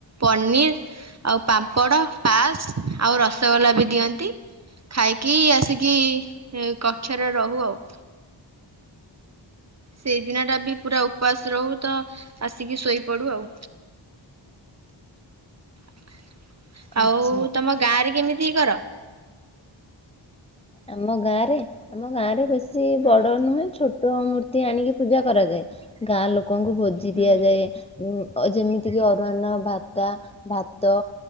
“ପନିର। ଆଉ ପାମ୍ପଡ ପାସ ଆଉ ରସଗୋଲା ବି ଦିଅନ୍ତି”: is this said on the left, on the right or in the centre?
Right